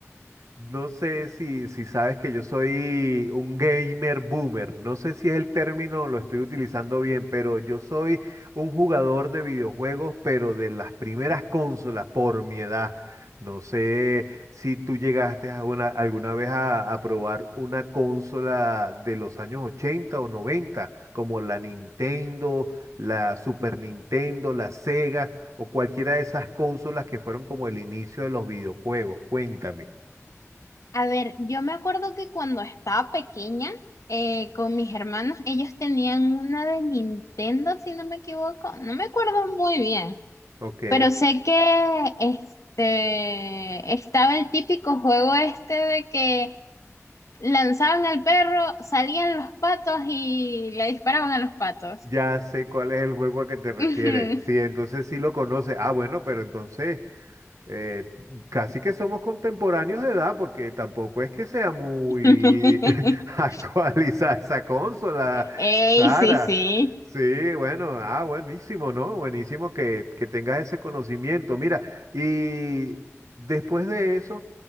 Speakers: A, on the right; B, on the left.
A: No sé si, si sabes que yo soy un gamer boomer. No sé si es el término, lo estoy utilizando bien, pero yo soy un jugador de videojuegos, pero de las primeras consolas por mi edad. No sé si tú llegaste alguna, alguna vez a, a probar una consola de los años 80 o 90, como la Nintendo, la Super Nintendo, la Sega o cualquiera de esas consolas que fueron como el inicio de los videojuegos. Cuéntame.
B: A ver, yo me acuerdo que cuando estaba pequeña eh, con mis hermanos, ellos tenían una de Nintendo, si no me equivoco. No me acuerdo muy bien,
A: Ok,
B: pero sé que este estaba el típico juego este de que lanzaban al perro, salían los patos y le disparaban a los patos.
A: ya sé cuál es el juego a que te refieres.
B: Ujú.
A: Sí, entonces sí lo conoce. Ah, bueno, pero entonces eh, casi que somos contemporáneos de edad, porque tampoco es que sea muy
B: <laughs>
A: <laughs> actualizada esa consola,
B: Ey,
A: Sara.
B: sí, sí.
A: Sí, bueno, ah, buenísimo, ¿no? Buenísimo que, que tengas ese conocimiento. Mira, y después de eso,